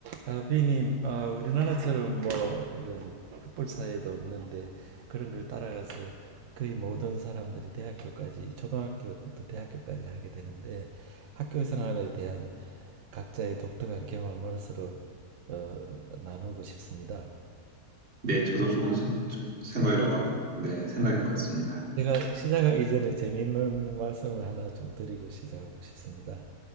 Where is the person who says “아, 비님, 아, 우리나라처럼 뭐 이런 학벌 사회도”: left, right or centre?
Right